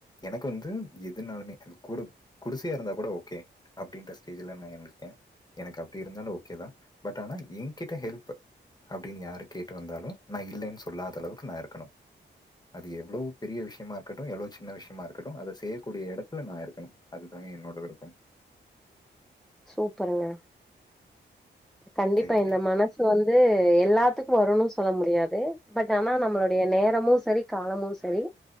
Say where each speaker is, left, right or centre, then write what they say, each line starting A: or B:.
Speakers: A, on the left; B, in the centre.
A: எனக்கு வந்து எதுனாலுமே அது கூட குடிசயா இருந்தா கூட ஓகே அப்டின்ற ஸ்டேஜ்ல நா இருந்திருகே எனக்கு அப்டி இருந்தாலு ஓகேதா பட் ஆனா எங்கிட்ட ஹெல்ப்பு அப்டின் யாரு கேட்டு வந்தாலு நா இல்லேன் சொல்லாதளவுக்கு நா இருக்கணு அது எவ்ளோ பெரிய விஷயமா இருக்கட்டு எவ்ளோ சின்ன விஷயமா இருக்கட்டு அத செய்யக்கூடிய எடத்துல நா இருக்கணு அதுதா என்னோட விருப்பம்
B: சூப்பருங்க கண்டிப்பா
A: சரிங்க.
B: இந்த மன சு வந்து எல்லாத்துக்கு வருணு சொல்ல முடியாது பட் ஆனா நம்ளோடைய நேரமு செரி காலமு செரி